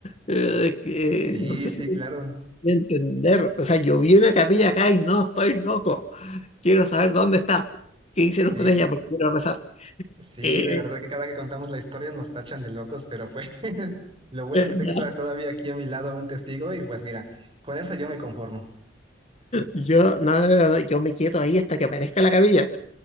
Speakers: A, on the left; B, on the right.
A: Eh, que
B: Sí,
A: no sé
B: sí,
A: si me
B: claro,
A: voy a entender, o sea, yo vi una capilla acá y no estoy loco, quiero saber dónde está, qué hicieron
B: sí,
A: con ella, porque quiero rezar.
B: sí,
A: Eh,
B: de verdad que cada que contamos la historia nos tachan de locos, pero pues <laughs> lo bueno
A: eh,
B: es que tengo
A: no.
B: to- todavía aquí a mi lado un testigo y pues mira, con eso yo me conformo.
A: Yo, no, no, no, no, yo me quedo ahí hasta que aparezca la camilla.